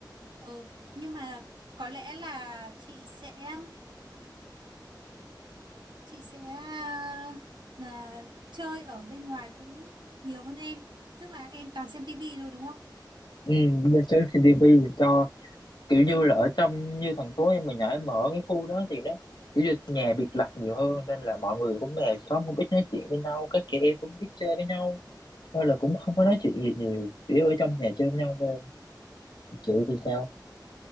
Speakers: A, on the right; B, on the left.
A: ừ, nhưng mà có lẽ là chị sẽ chị sẽ à, là chơi ở bên ngoài cũng nhiều hơn em tức là em toàn xem tivi thôi đúng không
B: ừ. giờ xem trên tivi cho kiểu như là ở trong như thành phố em mình ở em ở cái khu đó thì nó kiểu như nhà biệt lập nhiều hơn nên là mọi người cũng về xóm cũng ít nói chuyện với nhau các chị em cũng ít chơi với nhau thôi là cũng không có nói chuyện gì nhiều chỉ ở trong nhà chơi với nhau thôi chị thì sao